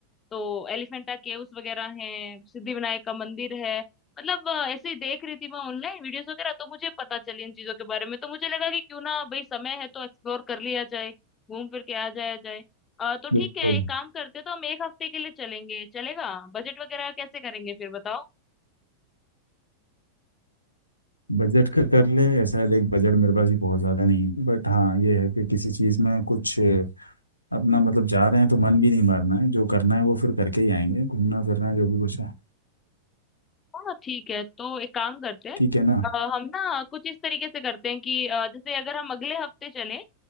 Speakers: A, on the left (about 20°); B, on the left (about 85°).
A: तो एलिफेंटा केव्स वगैरह हैं सिद्धिविनायक का मंदिर है मतलब अ, ऐसे ही देख रही थी मैं ऑनलाइन वीडियोस वगैरह तो मुझे पता चली इन चीजों के बारे में तो मुझे लगा कि क्यों ना भाई समय है तो एक्सप्लोर कर लिया जाए घूम फिर के आ जाया जाए अ, तो ठीक
B: बिल्कुल
A: है एक काम करते हैं, तो हम एक हफ्ते के लिए चलेंगे चलेगा बजट वगैरह कैसे करेंगे फिर बताओ
B: बजट का कर ले शायद एक बजट मेरे पास भी बहुत ज़्यादा नहीं है बट हाँ ये है कि किसी चीज़ में कुछ अपना मतलब जा रहे हैं तो मन भी नहीं मारना है जो करना है वो फिर करके ही आएंगे घूमना फिरना जो भी कुछ है
A: हाँ हाँ, ठीक है तो एक काम करते हैं
B: ठीक है ना
A: अ, हम ना कुछ इस तरीके से करते हैं कि अ, जैसे अगर हम अगले हफ्ते चलें